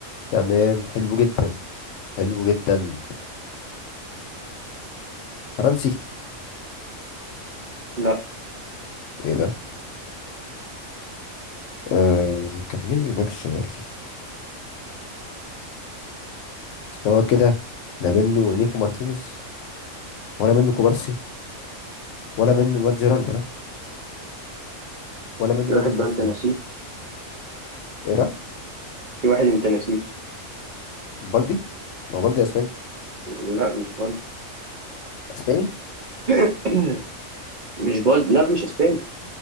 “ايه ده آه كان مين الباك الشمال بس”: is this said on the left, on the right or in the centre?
Left